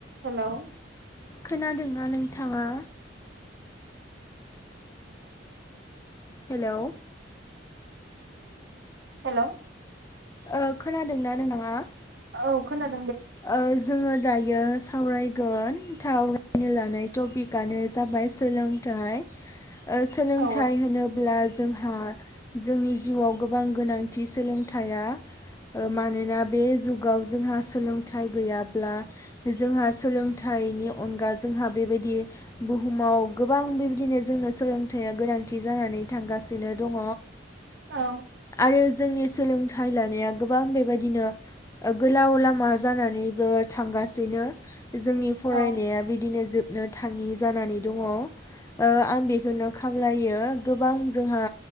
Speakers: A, on the right; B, on the left.
A: हेलौ
B: खोनादोंना नोंथाङा? हेलौ
A: हेलौ
B: ओ खोनादोंना नोंदाङा?
A: औ खोनाद
B: ओ जोङो दायो सावरायगोन थावरायनो लानाय टपिकआनो जाबाय सोलोंथाइ ओ सोलोंथाय
A: औ
B: होनोब्ला जो जोंहा जोंनि जिउआव गोबां गोनांथि सोलोंथाइआ ओ मानोना बे जुगाव जोंहा सोलों थाइ गैयाब्ला जोंहा सोलोंथाइनि अनगा जोंहा बेबायदि बुहुमाव गोबां बेबायदिनो जोंनो सोलोंथाइया गोनांथि जानानै थांगासिनो दङ।
A: औ
B: आरो जों नि सोलोंथाइ लानाया गोबां बे बायदिनो ओ गोलाव लामा जानानैबो थांगासिनो जोंनि फरायनाया
A: औ
B: बिदिनो जोब नो थाङि जानानै दङ ओ आं बेखौनो खावलायो गोबां जोंहा